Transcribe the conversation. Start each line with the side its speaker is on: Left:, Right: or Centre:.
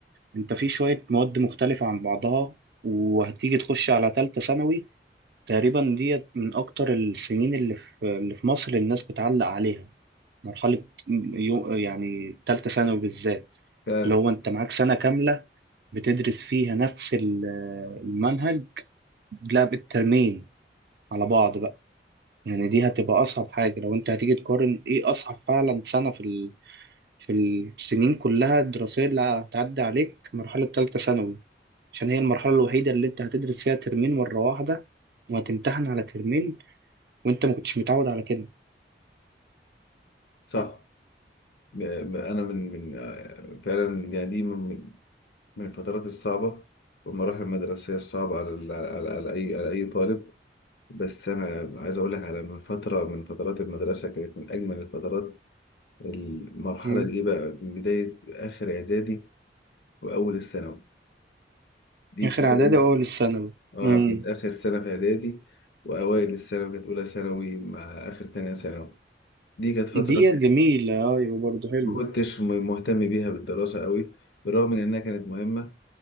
Right: انت في شوية مواد مختلفة عن بعضها وهتيجي تخش على تالتة ثانوي تقريبا ديت من أكتر السنين اللي في اللي في مصر الناس بتعلق عليها مرحلة يو- يعني تالتة ثانوي بالذات
Left: فعلا
Right: اللي هو انت معاك سنة كاملة بتدرس فيها نفس ال- المنهج لا بالترمين على بعض بقى يعني دي هتبقى أصعب حاجة لو انت هتيجي تقارن ايه أصعب فعلا سنة في في السنين كلها الدراسية اللي هتعدي عليك مرحلة تالتة ثانوي عشان هي المرحلة الوحيدة اللي أنت هتدرس فيها ترمين مرة واحدة وهتمتحن على ترمين وأنت ما كنتش متعود على كده
Left: صح م- م- انا من من آه، فعلا يعني دي من من من الفترات الصعبه والمراحل المدرسيه الصعبه على ال- على على اي على اي طالب بس انا عايز اقول لك على من فتره من فترات المدرسه كانت من اجمل الفترات المرحله
Right: مم.
Left: دي بقى من بدايه اخر اعدادي واول الثانوي دي
Right: آخر
Left: كده
Right: إعدادي
Left: إيه؟
Right: وأول الثانوي
Left: اه
Right: مم.
Left: كانت اخر سنه في اعدادي واوائل الثانوي كانت اولى ثانوي مع اخر تانية ثانوي دي كانت فتره
Right: ديت جميلة أيوة برضه حلوة
Left: ما كنتش مهتم بيها بالدراسه قوي بالرغم من انها كانت مهمه